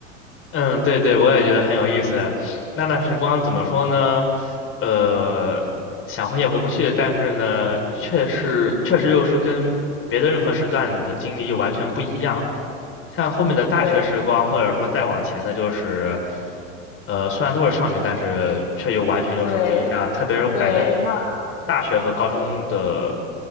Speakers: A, on the left; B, on the left.
A: 嗯，对对，我也觉得很有意思。那段时光怎么说呢？
B: 嗯
A: 呃，想回也回不去，但是呢，确实确实又是跟别的任何时段的经历又完全不一样。像后面的大学时光，
B: 嗯，对
A: 或者说再往前的，就是呃，虽然都是上学，但是却又完全又是不一样。
B: 对
A: 特别是我感觉
B: 对，那
A: 大学和高中的